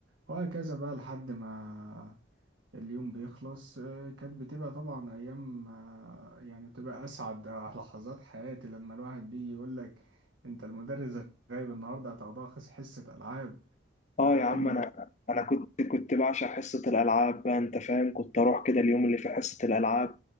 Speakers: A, on the right; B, on the left.
A: وهكذا بقى لحد ما اليوم بيخلص آه، كانت بتبقى طبعا أيام آه، يعني بتبقى أسعد آه، لحظات حياتي لما الواحد بيجي يقولك أنت المدرس غايب النهاردة هتاخدها خس- حصة ألعاب
B: أه
A: فكان
B: يا عم أنا أنا كنت كنت بعشق حصة الألعاب بقى أنت فاهم كنت أروح كده اليوم اللي في حصة الألعاب